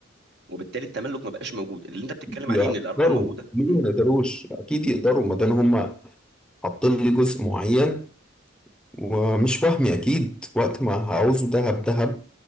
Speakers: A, on the right (about 60°); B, in the centre.
A: وبالتالي التملك ما بقاش موجود اللي انت بتتكلم
B: يقدروا
A: عليه ان الارقام موجوده
B: ليه
A: م.
B: ما يقدروش اكيد يقدروا ما دام هم حاطين لي جزء معين ومش وهمي اكيد وقت ما هعوزه دهب دهب